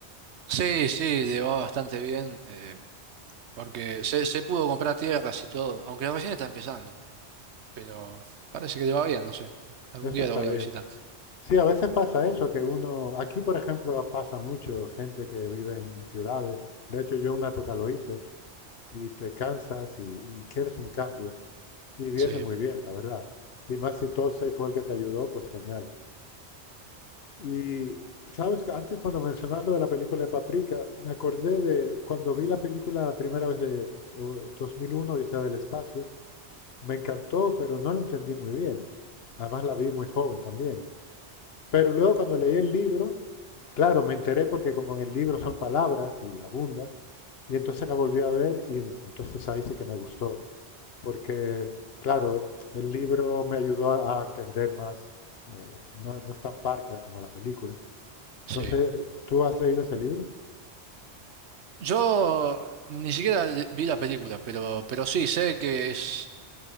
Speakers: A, on the right; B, on the left.
A: Sí, sí, le va bastante bien, eh, porque se, se pudo comprar tierras y todo, aunque recién está empezando, pero parece que le va bien, no sé. Algún
B: Eso
A: día
B: está
A: lo voy
B: bien.
A: a visitar.
B: Sí, a veces pasa eso, que uno, aquí por ejemplo pasa mucho gente que vive en, en ciudades, de hecho yo una época lo hice, y te cansas y, y quieres un cambio, y viene
A: Sí,
B: muy bien, la verdad. Y más si Tolstoy fue el que te ayudó, pues genial. Y sabes que antes cuando mencionas lo de la película de Paprika, me acordé de cuando vi la película la primera vez de, de, o- 2001, Odisea del Espacio, me encantó, pero no la entendí muy bien. Además la vi muy joven también. Pero luego cuando leí el libro, claro, me enteré porque como en el libro son palabras y abunda, y entonces la volví a ver y entonces ahí sí que me gustó, porque claro, el libro me ayudó a, a entender más, eh, no, no es tan parca como la película.
A: sí.
B: No sé, ¿tú has leído ese libro?
A: Yo ni siquiera vi la película, pero, pero sí, sé que es...